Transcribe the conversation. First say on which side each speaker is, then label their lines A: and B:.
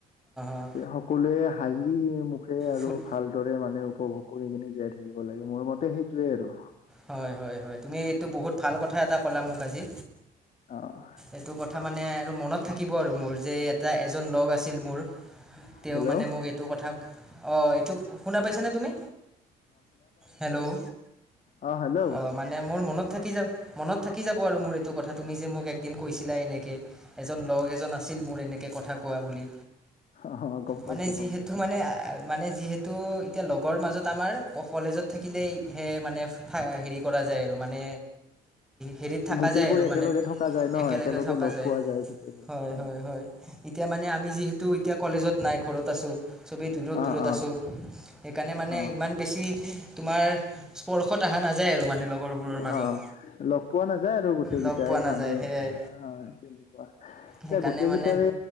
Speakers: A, in the centre; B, on the left.
A: অঁ
B: সকলোৱে হাঁহি সুখে আৰু
A: ফুট
B: ভালদৰে মানে উপভোগ কৰি কিনে জীয়াই থাকিব লাগে মোৰ মতে সেইটোয়ে আৰু।
A: হয় হয় হয় তুমি এইটো বহুত ভাল কথা এটা ক'লা মোক আজি
B: অহ
A: এইটো কথা মানে আৰু মনত থাকিব আৰু মোৰ যে এটা এজন লগ আছিল মোৰ তেওঁ
B: হেল্ল'
A: মানে মোক এইটো কথা অহ, এইটো শুনা পাইছনে তুমি হেল্ল',
B: অহ, হেল্ল',
A: অঁ মানে মোৰ মনত থাকি যা -মনত থাকি যাব আৰু মোৰ এইটো কথা তুমি যে মোক একদিন কৈছিলা এনেকে। এজন লগ এজন আছিল মোৰ এনেকে কথা কোৱা বুলি
B: অ গম
A: মানে
B: পাইছো
A: যিহেতু
B: গম পাইছো
A: মানে- মানে যিহেতু এতিয়া লগৰ মাজত আমাৰ কলেজত থাকিলেই হে মানে হেৰি কৰা যায় আৰু মানে হেৰিত থাকা
B: গোটেইবোৰ
A: যায় আৰু
B: একেলগে
A: মানে
B: থকা যায় ন
A: একেলগে থকা
B: লগ
A: যায়।
B: পোৱা গোটেইবোৰ
A: হয়
B: অ
A: -হয় -হয় এতিয়া মানে আমি যিহেতু এতিয়া কলেজত নাই ঘৰত আছো চবেই দূৰত -দূৰত
B: অ অ
A: আছো সেইকাৰণে মানে
B: অ
A: ইমান বেছি তোমাৰ স্পৰ্শত আহা নাযায় আৰু। মানে লগৰবোৰৰ মাজত
B: হা -লগ পোৱা নাযায় আৰু গোটেই
A: লগ
B: কেইটাই
A: পোৱা নাযায়
B: মানে
A: সেয়াই
B: অহ, তেনেকুৱা এতিয়া
A: সেইকাৰণে
B: গোটেই
A: মানে
B: কেইটাৰে